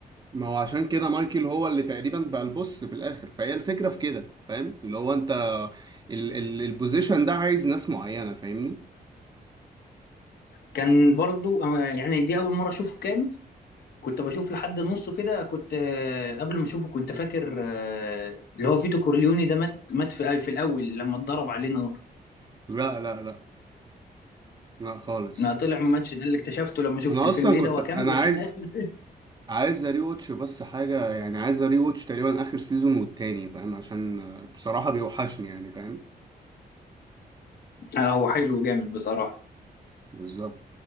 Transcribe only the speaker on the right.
ما هو عشان كده مايكل هو اللي تقريبا بقى البص في الاخر فهي الفكره في كده فاهم اللي هو انت ال ال البوزيشن ده عايز ناس معينه فاهمني
لا لا لا لا خالص
انا
اصلا
كنت
انا
عايز
عايز اري واتش بس حاجة يعني عايز اري واتش تقريبا اخر سيزون والتاني فاهم عشان آه، بصراحة بيوحشني يعني فاهم
بالظبط